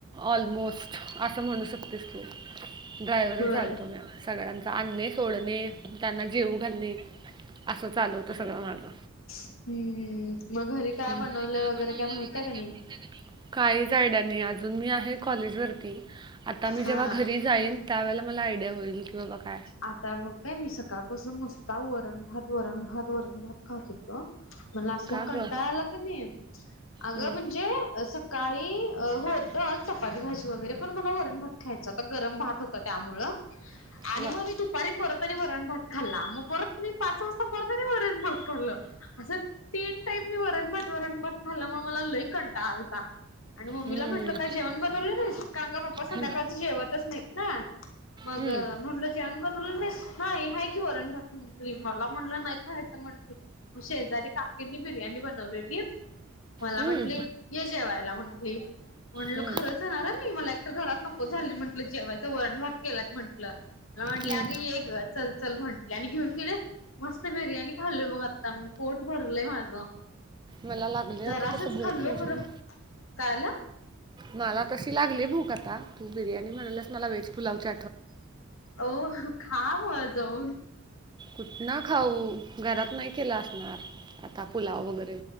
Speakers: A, on the right; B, on the left.
A: ऑलमोस्ट. अस असं म्हणू शकतेस तू. ड्रायव्हवरच
B: होय
A: झालतो मी आज सगळ्यांचा. आणणे, सोडणे. त्यांना जेवू घालणे, असं चालू होत सगळं माझं.
B: हम्म काय
A: मग घरी
B: बनवलंय
A: काय
B: वगैरे
A: बनवलंय
B: माहितीय का नाही
A: काहीच आयडिया नाही अजून. मी आहे कॉलेज वरती, आता मी जेव्हा
B: हा
A: घरी जाईन त्यावेळेला मला आयडिया होईल की बाबा का
B: आता बघ काय मी सकाळपासून नुसता वरण भात, वरण भात, वरण भात खात होतो. मला असला
A: का
B: कंटाळाला
A: गं
B: क नाही. अगं
A: हम्म.
B: म्हणजे अस काळी होत चपाती भाजी वगैरे. पण मला वरण भात खायचा होता गरम भात होता त्यामुळं, आणि
A: वा
B: मग मी दुपारी परत आणि वरण भात खाल्ला, मग परत मी पाच वाजता परत आणि वरण भात खाल्लं. असं तीन टाईम मी वरण भात, वरण भात खाल्ल्यामुळे मला लई कंटाळा आलता. आणि मम्मीला
A: हम्म.
B: म्हटलं काय जेवण बनवले नाहीस? कारण का पप्पा संध्याकाळचं
A: हम्म.
B: जेवतच नाहीत ना. मग
A: हम्म.
B: म्हण जेवण बनवलं नाहीस? नाही हाय की वरणभात म्हटली मला म्हटलं नाही खायचा म्हटलं मग शेजारी काकींनी बिर्याणी बनवलेली. मला
A: हम्म.
B: म्हंटली, ये जेवायला म्हंटली. म्हटलं
A: हम्म.
B: खरंच येणार हा मी मला तर घरात नको झालं म्हटलं जेवायचं. वरण भात केलात म्हटलं. मला म्हटली
A: हम्म.
B: आगं ये गं. चल चल म्हंटले आणि घेऊन गेले मस्त बिर्याणी खाल्ली बग आता मी. पोट भरलय माझं.
A: मला लागली आता
B: जरासच
A: तसं भूक
B: खाल्लो
A: म्हणजे
B: खरं.
A: मी-
B: कायला?
A: मला तशी लागली भूक आता. तू बिर्याणी म्हणालास मला व्हेज पुलाव ची
B: ओह, खा मग जाऊन
A: कुठ ना खाऊ? घरात नाही केलं असणार आता पुलाव वगैरे.